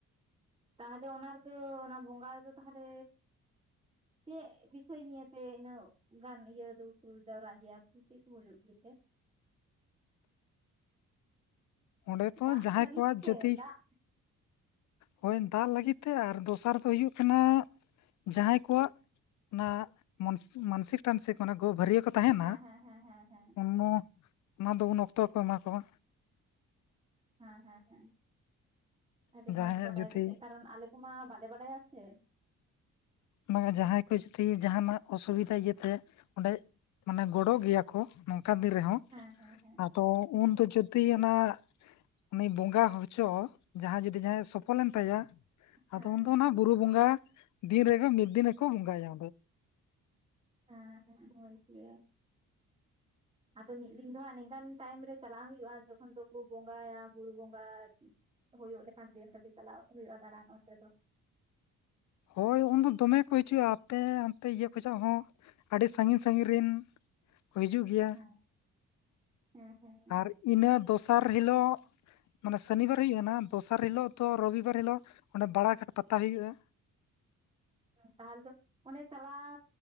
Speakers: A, on the right (about 15°); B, on the left (about 70°).
A: ᱛᱟᱦᱚᱞᱮ ᱚᱱᱟ ᱨᱮᱫᱚ ᱚᱱᱟ ᱵᱚᱸᱜᱟ ᱨᱮᱫᱚ ᱛᱟᱦᱚᱞᱮ ᱪᱮᱫ ᱵᱤᱥᱚᱭ ᱱᱤᱭᱮᱛᱮ ᱤᱱᱟᱹ ᱜᱟᱱ ᱤᱭᱟᱹ ᱫᱩ ᱠᱩ ᱡᱟᱣᱨᱟᱜ ᱜᱮᱭᱟ ᱠᱩ ᱪᱮᱫ ᱠᱩ ᱦᱩᱭᱩᱜ ᱜᱮᱛᱮ?
B: ᱚᱸᱰᱮᱛᱚ
A: ᱫᱟᱜ
B: ᱡᱟᱦᱟᱸᱭ
A: ᱞᱟᱹᱜᱤᱫ
B: ᱠᱚᱣᱟᱜ
A: ᱛᱮ
B: ᱡᱟᱹᱛᱤ
A: ᱫᱟᱜ
B: ᱦᱳᱭ ᱫᱟᱞ ᱞᱟᱹᱜᱤᱫ ᱛᱮ ᱟᱨ ᱫᱚᱥᱟᱨ ᱫᱚ ᱦᱩᱭᱩᱜ ᱠᱟᱱᱟ ᱡᱟᱦᱟᱸᱭ ᱠᱚᱣᱟᱜ ᱚᱱᱟ ᱢᱳᱱᱥ ᱢᱟᱱᱥᱤᱠ ᱴᱟᱱᱥᱤᱠ ᱚᱱᱟ ᱜᱳ ᱵᱷᱟᱹᱨᱭᱟᱹ ᱠᱚᱛ ᱛᱟᱦᱮᱱᱟ
A: ᱦᱮᱸ ᱦᱮᱸ ᱦᱮᱸ ᱦᱮᱸ ᱦᱮᱸ
B: ᱩᱱᱱᱚ ᱚᱱᱟ ᱫᱚ ᱩᱱ ᱚᱠᱛᱚ ᱠᱚ ᱮᱢᱟ ᱠᱚᱣᱟ
A: ᱦᱮᱸ ᱦᱮᱸ ᱦᱮᱸ ᱟᱹᱰᱤ
B: ᱡᱟᱦᱟᱸᱭᱟᱜ
A: ᱢᱚᱸᱡᱽ ᱵᱟᱰᱟᱭ
B: ᱡᱩᱫᱤ
A: ᱠᱟᱛᱮᱜ ᱠᱟᱨᱚᱱ ᱟᱞᱮ ᱠᱚᱢᱟ ᱵᱟᱞᱮ ᱵᱟᱰᱟᱭᱟ ᱥᱮ
B: ᱵᱟᱝᱼᱟ ᱡᱟᱦᱟᱸᱭ ᱠᱚ ᱡᱩᱫᱤ ᱡᱟᱦᱟᱱᱟᱜ ᱚᱥᱩᱵᱤᱫᱟ ᱜᱤᱛᱟᱭᱚᱸᱰᱮ ᱢᱟᱱᱮ ᱜᱮᱭᱟ ᱠᱚ ᱱᱚᱝᱠᱟ ᱫᱤᱱ ᱨᱮᱦᱚᱸ
A: ᱦᱮᱸ ᱦᱮᱸ ᱦᱮᱸ
B: ᱟᱫᱚ ᱩᱱᱫᱚ ᱡᱩᱫᱤ ᱚᱱᱟ ᱩᱱᱤ ᱵᱚᱸᱜᱟ ᱦᱚᱪᱚ ᱡᱟᱦᱟᱸᱭ ᱡᱩᱫᱤ ᱡᱟᱦᱟᱸᱭᱟᱜ ᱥᱚᱯᱷᱚᱞ ᱮᱱ ᱛᱟᱭᱟ ᱟᱫᱚ
A: ᱦᱮᱸ
B: ᱩᱱᱫᱚ ᱚᱱᱟ ᱵᱩᱨᱩ ᱵᱚᱸᱜᱟ ᱫᱤᱱ ᱨᱮᱜᱮ ᱢᱤᱫ ᱫᱤᱱ ᱜᱮᱠᱚ ᱵᱚᱸᱜᱟᱭᱟ
A: ᱦᱮᱸ ᱦᱮᱸ ᱢᱚᱡ ᱜᱮ ᱟᱫᱚ ᱢᱤᱫ ᱫᱤᱱ ᱫᱚ ᱦᱟᱸᱜ ᱱᱤᱝᱠᱟᱱ ᱴᱟᱭᱤᱢ ᱨᱮ ᱪᱟᱞᱟᱜ ᱦᱩᱭᱩᱜᱼᱟ ᱡᱚᱠᱷᱚᱱ ᱫᱚᱠᱚ ᱵᱚᱸᱜᱟᱭᱟ ᱵᱩᱨᱩ ᱵᱚᱸᱜᱟ ᱦᱩᱭᱩᱜ ᱞᱮᱠᱷᱟᱱ ᱫᱤᱱ ᱪᱟᱞᱟᱜ ᱦᱩᱭᱩᱜᱼᱟ ᱫᱟᱬᱟᱱ ᱚᱱᱛᱮ ᱫᱚ
B: ᱦᱳᱭ ᱩᱱᱫᱚ ᱫᱚᱢᱮ ᱠᱚ ᱦᱤᱡᱩᱜᱼᱟ ᱟᱯᱮ ᱦᱟᱱᱛᱮ ᱤᱭᱟᱹ ᱠᱷᱚᱱᱟᱜ ᱦᱚᱸ ᱟᱹᱰᱤ ᱥᱟᱺᱜᱤᱧ ᱥᱟᱺᱜᱤᱧ ᱨᱮᱱ ᱦᱤᱡᱩᱜ ᱜᱮᱭᱟ
A: ᱦᱮᱸ ᱦᱮᱸ ᱦᱮᱸ
B: ᱟᱨ ᱤᱱᱟᱹ ᱫᱚᱥᱟᱨ ᱦᱤᱞᱳᱜ ᱢᱟᱱᱮ ᱥᱚᱱᱤᱵᱟᱨ ᱦᱩᱭᱩᱜ ᱠᱟᱱᱟ ᱫᱚᱥᱟᱨ ᱦᱤᱞᱳᱜ ᱛᱚ ᱨᱚᱵᱤᱵᱟᱨ ᱦᱤᱞᱳᱜ ᱚᱸᱰᱮ ᱵᱟᱲᱟᱜᱷᱟᱴ ᱯᱟᱛᱟ ᱦᱩᱭᱩᱜᱼᱟ
A: ᱛᱟᱦᱚᱞᱮ ᱫᱚ ᱚᱸᱰᱮ ᱪᱟᱞᱟᱣ